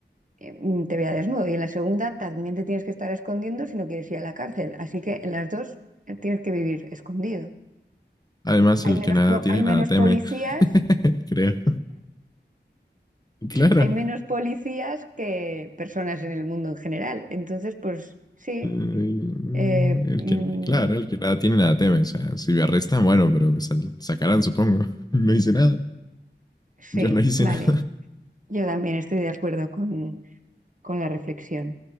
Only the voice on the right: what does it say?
eh, mm, te vea desnudo. Y en la segunda también te tienes que estar escondiendo si no quieres ir a la cárcel. Así que en las dos eh, tienes que vivir escondido.
Hay
menos,
po-
hay menos
policías,
hay menos policías que personas en el mundo en general. Entonces, pues sí,
eh,
mm,
sí,
vale.
Yo también estoy de acuerdo con, con la reflexión.